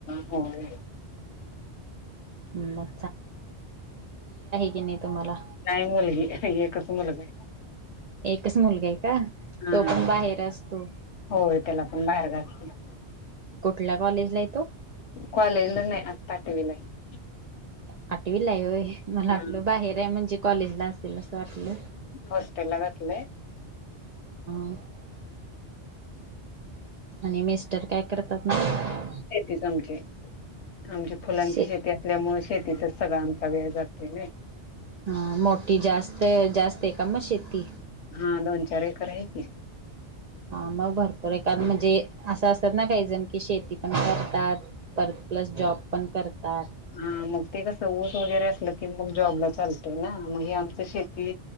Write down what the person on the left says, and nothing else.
होय
नाही मुलगी एकच मुलगा आहे
हा
होय त्याला पण बाहेर घातलं
कॉलेजला नाही आत्ता आठवीला आहे
हा.
हॉस्टेल ला घातलंय
शेतीच आमची आमची फुलांची
शेती असल्यामुळे शेती तिथंच सगळा आमचा वेळ जातोय नाही
हा दोन चार एकर आहे की
हा मग ते कसं ऊस वगैरे असलं की मग जॉबला चालतंय ना मग हे आमच शे ती